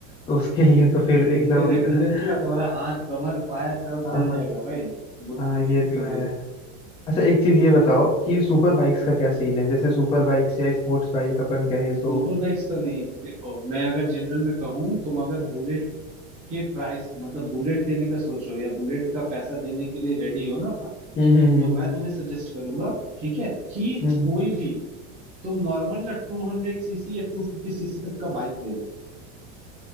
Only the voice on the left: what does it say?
तो उसके लिए तो फिर
एकदम
<laughs>
हाँ
हाँ
हाँ ये
तो है
अच्छा एक चीज ये बताओ कि सुपर बाइक्स का क्या सीन है जैसे सुपर बाइक्स या स्पोर्ट्स बाइक अपन कहें
तो
हम्म हम्म
हम्म